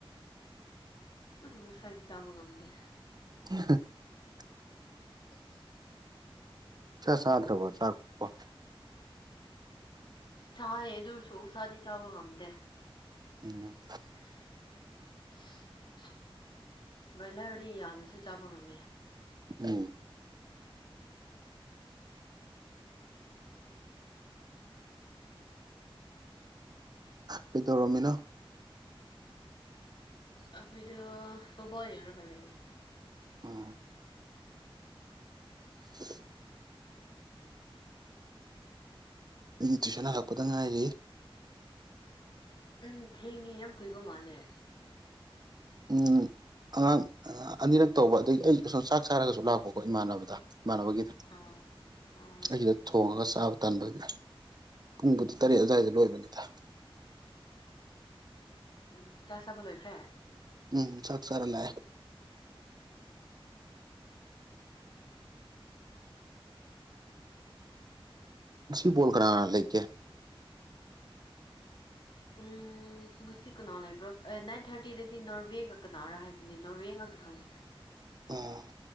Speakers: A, on the left; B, on the right.
A: ꯎ ꯃꯨꯁꯥꯗꯤ ꯇꯥꯕ ꯉꯝꯗꯦ
B: <unintelligible>
A: ꯑꯣ
B: ꯁꯥꯇ꯭ꯔꯒꯣ ꯆꯥꯛꯄ
A: ꯆꯥꯦ ꯑꯗꯨꯁꯨ ꯁꯥꯥꯗꯤ ꯆꯥꯕ ꯉꯝꯗꯦ
B: ꯎꯝ
A: <unintelligible> ꯕ꯭ꯔꯣꯏꯂꯔꯗꯤ ꯌꯥꯝꯅꯁꯨ ꯆꯥꯕ ꯉꯝꯃꯦ
B: ꯎꯝ ꯀꯩꯗꯧꯔꯝꯃꯤꯅꯣ
A: ꯑꯩꯈꯣꯏꯗꯣ ꯐꯨꯠꯕꯣꯜ ꯌꯦꯡꯅ ꯈ ꯂꯩꯦ
B: ꯎꯝ <unintelligible> ꯑꯩꯒꯤ ꯇ꯭ꯨꯏꯁꯟ ꯍꯜꯂꯛꯄꯗ ꯉꯥꯏꯔꯤ
A: ꯎꯝ ꯊꯦꯡꯉꯦ ꯌꯥꯝ ꯀꯨꯏꯕ ꯃꯥꯜꯂꯦ
B: ꯎ ꯑꯉꯥꯡ ꯑꯅꯤꯔꯛ ꯇꯧꯕ ꯑꯗꯒꯤ ꯑꯩ ꯁꯁꯨꯝ ꯆꯥꯛ ꯆꯥꯔꯒꯁꯨ ꯂꯥꯛꯄꯀꯣ ꯏꯃꯥꯟꯅꯕꯗ ꯏꯃꯥꯟꯅꯕꯒꯤꯗ
A: ꯑꯥ ꯑꯥ
B: ꯑꯩꯗ ꯊꯣꯡꯉꯒ ꯆꯥꯕ ꯇꯥꯟꯕꯒꯤ ꯄꯨꯡꯕꯨꯗꯤ ꯇꯔꯦꯠ ꯑꯗꯨꯋꯥꯏꯗ ꯂꯣꯏꯕꯅꯤꯗ
A: ꯎꯝ ꯆꯥ ꯆꯕ ꯂꯣꯏꯈ꯭ꯔꯦ
B: ꯎꯝ ꯁꯥꯛ ꯁꯔ ꯂꯑ ꯁꯤ ꯣꯜ ꯀꯥ ꯂꯩꯀꯦ
A: ꯎꯝ ꯉꯁꯤ ꯀꯅꯣ ꯂꯩꯕ꯭ꯔꯣ ꯊꯥꯔꯇꯤꯗꯗꯤ ꯅꯣꯔꯋꯦꯒꯛ ꯀꯅꯥꯔ ꯍꯥꯏꯕꯅꯦ ꯅꯣꯔꯋꯦ ꯉꯥꯛꯇ ꯈꯪꯉꯦ
B: ꯑ